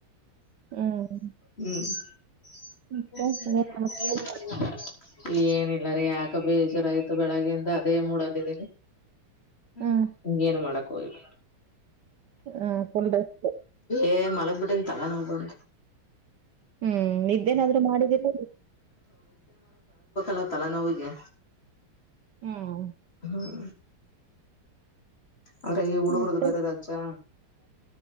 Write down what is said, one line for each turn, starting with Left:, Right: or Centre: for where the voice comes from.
Right: ಹ್ಮ್
Left: ಹ್ಮ್ <unintelligible>
Right: ಮತ್ತೆ ಇನ್ನೇನ್ ಸಮಾಚಾರ?
Left: ಏನಿಲ್ಲ ರೀ ಯಾಕ ಬೇಜುರ್ಾಯ್ತು ಬೆಳಗ್ಗೆಿಂದ ಅದೇ ಮೂಡಲ್ಲ ಇದೀರಿ ಹ್ಮ
Right: ಹ್ಮ್
Left: ಹಂಗ ಏನು ಮಾಡಕ್ ಹೋಗವಿ
Right: ಹ್ಮ್ ಫುಲ್ ರೆಸ್ಟ್
Left: ೇ ಮಲಗ್ ಬಿಿಟ್ಟನ್ ತಲೆನ ಹೋಗಬಂತ
Right: ಹ್ಮ್ ಇದೇನಾದ್ರೂ ಮಾಡಿದ್ದಲ್
Left: ಲತ್ತಲ್ಲ ನೋಿಗೆ
Right: ಹ್ಮ್
Left: ಹ್ಮ್ ಅಂದ್ರಾಗಿ ಹುಡುಗರದು
Right: ಮತ್ತೆ
Left: ಬೇರೆ ರಾಜ್ಯ